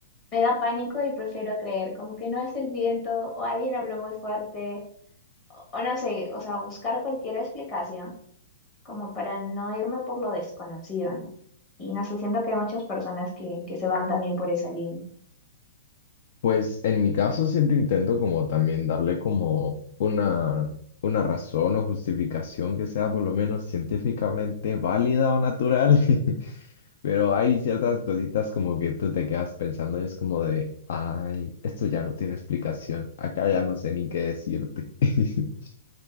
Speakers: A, on the left (about 25°); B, on the left (about 60°).
A: Me da pánico y prefiero creer como que no es el viento o alguien habló muy fuerte o, o no sé, o sea, buscar cualquier explicación como para no irme por lo desconocido, ¿no? Y no sé, siento que hay muchas personas que, que se van también por esa línea.
B: Pues en mi caso siempre intento como también darle como una, una razón o justificación que sea por lo menos científicamente válida o natural, <laughs> pero hay ciertas cositas como que tú te quedas pensando y es como de, ay, esto ya no tiene explicación, acá ya no sé ni qué decirte. <laughs>